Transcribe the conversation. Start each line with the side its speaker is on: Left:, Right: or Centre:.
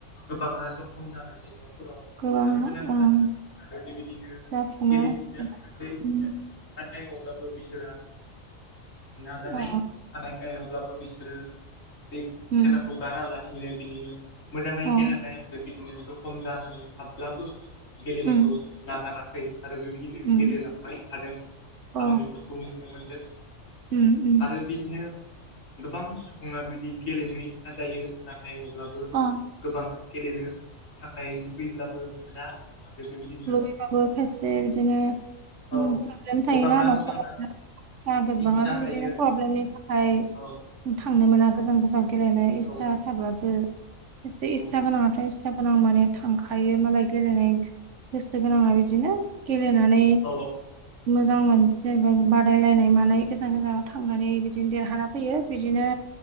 Left: गोबाङा जखम जानानै न'फोराव
Right: गोबां
Left: थानो गोनां जादों
Right: ओं
Left: आरो बेबायदिनो
Right: जाफुङो
Left: गेलेफिननो हायाखै। नाथाय
Right: उम
Left: अब्लाबो बिसोरा नाजानाय
Right: अ
Left: थानायखाय अब्लाबो। बिसोरो बे
Right: उम
Left: खेलाखौ गारालासिनो बिदिनो मोजाङै
Right: अ
Left: गेलेनाय आरो बिदिनो रखम जानानै थाबब्लाबो गेलेनायखौ
Right: उम
Left: नागाराखै आरो बेबायदिनो
Right: उम
Left: गेलेलांबाय थादों
Right: अ
Left: आं बेफोरखौ नुनो मोनदों।
Right: उम उम
Left: आरो बिदिनो गोबां सुबुङा बिदि गेलेनो इसा जायो नाथाय अब्लाबो।
Right: अ
Left: गोबाङा गेलेनो थाखाय लुबैब्लाबो मोना आ
Right: लगैबाबो खायसे बिदिनो
Left: औ
Right: प्रब्लेम
Left: गोबाङा
Right: थायोना न'खराव
Left: गोबाङा
Right: सगोनज
Left: इस्सा
Right: बा ब बिजदिनो
Left: थायो
Right: प्रब्लेम न ओमफाय
Left: औ
Right: थांनो मोना गोजान गोजान गेलेनो इस्सा
Left: औ
Right: थाब्लाबो इस इस्सा
Left: औ
Right: गोनाङाथ' इस्सा गोनां माने थांखायो मालाय गेलेनाय गोसो गोनाङा बिदिनो गेलेनानै
Left: औ ओ
Right: मोजां मानसि बादायलायनाय मानाय गोजान गोजानाव थांनानै बिदिनो देरहाना फैयो बिदिनो